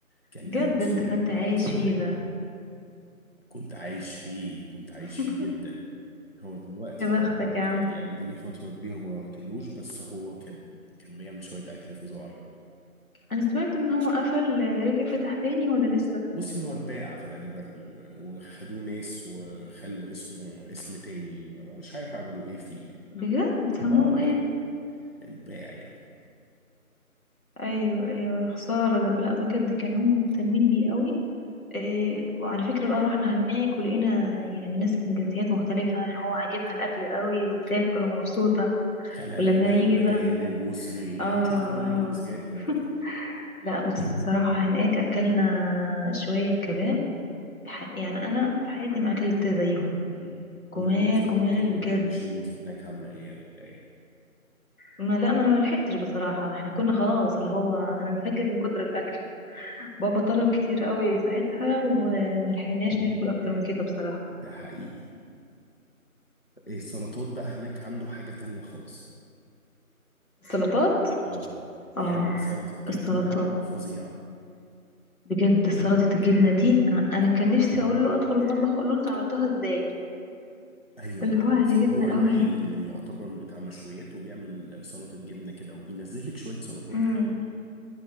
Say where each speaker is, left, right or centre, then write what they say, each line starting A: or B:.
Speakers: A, on the left (about 45°); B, on the left (about 70°).
A: كان
B: بجد
A: جنب صبحي
B: انت كنت عايش
A: اه صدقيني
B: فيه بقى
A: كنت عايش فيه كنت عايش
B: <laughs>
A: فيه جدا هو دلوقتي
B: يا بختك
A: بقى- بقى-
B: يا عم
A: يعني انا دي لي فتره كبيره ما رحتلوش بس هو كان كان بيعمل شويه اكل فظاع يعني
B: انا سمعت ان هو قفل آه، رجع فتح تاني ولا لسه
A: بصي هو اتباع في غالبا وخدوه ناس وخلوا اسمه اسم تاني أنا مش عارف عملوا ايه فيه يعني
B: بجد سموه
A: اه
B: ايه
A: اتباع يعني
B: ايوه ايوه خساره ده. لا بجد كان هم مهتمين بيه قوي إيه وعلى فكرة بقى رحنا هناك ولقينا يعني ناس من جنسيات مختلفة اللي هو عاجبها الأكل قوي وبتاكل ومبسوطة
A: خلايجة
B: ولما يجي
A: وأجانب
B: بقى
A: وصينية
B: اه
A: هتشوفي كل
B: اه
A: الجنسيات هناك
B: <laughs> لا بس الصراحة هناك أكلنا شوية كباب ح- يعني أنا في حياتي ما أكلت زيهم
A: مم. والموزة
B: جمال
A: انت
B: جمال
A: ما جربتيش
B: بجد
A: الموزة هناك عاملة ايه ايه
B: ما لا ما أنا ما لحقتش بصراحة احنا كنا خلاص اللي هو هننفجر من كتر الأكل بابا طلب كتير قوي ساعتها وما لحقناش ناكل أكتر من كده بصراحة
A: ده حقيقي السلطات بقى هناك عنده حاجة تانية خالص
B: السلطات
A: اه بيعمل
B: اه
A: سلطة جبنة
B: السلطات
A: فظيعة
B: بجد سلطة الجبنة دي أنا أنا كان نفسي أقول له أدخل المطبخ أقول له أنت عملتوها إزاي
A: ايوه
B: اللي
A: بيعمل
B: هو عجبتنا
A: وهو الوحيد
B: قوي
A: اللي يعتبر بتاع مشويات وبيعمل سلطة جبنة كده وبينزل لك شوية سلطات
B: امم
A: حلوة